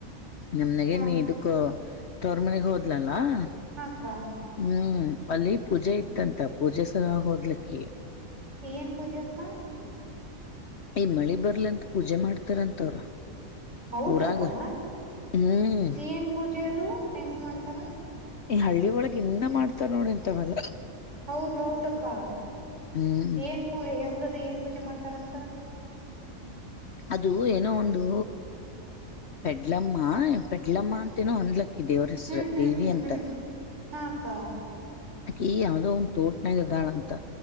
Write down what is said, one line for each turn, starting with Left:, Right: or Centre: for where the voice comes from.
Left: ನಮ್ ನೇಗನಿ
Right: ಹಾ
Left: ಇದಕು ತವರು ಮನೆಗೆ ಹೋದಲಲ್ಲ ಹಾ
Right: ಅಕ್ಕಾ
Left: ಹ್ಮ್ ಅಲ್ಲಿ ಪೂಜೆ ಇತ್ತಂತ ಪೂಜೆ ಸಲ್ವಾಗಿ ಹೋದ್ಲಕಿ
Right: ಏನ್ ಪೂಜಾ ಅಕ್ಕಾ
Left: ಏ ಮಳಿ ಬರ್ಲಂತ ಪೂಜೆ ಮಾಡ್ತಾರಂತವ್ರ
Right: ಹೌದ
Left: ಊರಾಗ
Right: ಅಕ್ಕ
Left: ಹ್ಮ್
Right: ಏನ್ ಪೂಜೆ ಅದು ಹೆಂಗ್ ಮಾಡ್ತಾರ
Left: ಈ ಹಳ್ಳಿ ಒಳಗ್ ಇನ್ನ ಮಾಡ್ತಾರ್ ನೋಡ್ ಹಿಂತವ ಎಲ್ಲಾ
Right: ಹೌದ ಹೌದ ಅಕ್ಕಾ
Left: ಹ್ಮ್
Right: ಏನ್ ಪೂ ಹೆಂಗದ ಏನ್ ಪೂಜೆ ಮಾಡ್ತಾರಂತ
Left: ಅದು ಏನೋ ಒಂದು ಪೆಡ್ಲಮ್ಮ ಪೆಡ್ಲಮ್ಮ ಅಂತ ಏನೋ ಅಂದ್ಲಕೀ ಇದ ದೇವ್ರ ಹೆಸರ
Right: ಹ್ಮ್ ಹ್ಮ್
Left: ದೇವಿ
Right: ಹ್ಮ್
Left: ಅಂತದ
Right: ಹ್ಮ್ ಹಾ ಅಕ್ಕಾ
Left: ಅಕಿ ಯಾವದೋ ಒಂದ್ ತೋಟನಾಗ ಅದ್ದಾಳ ಅಂತ